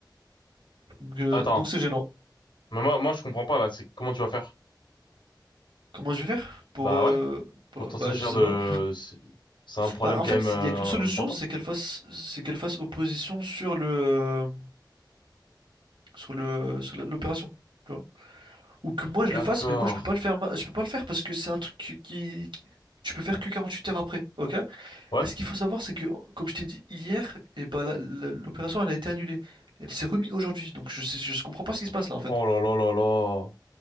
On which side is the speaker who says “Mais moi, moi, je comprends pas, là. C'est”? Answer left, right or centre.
Left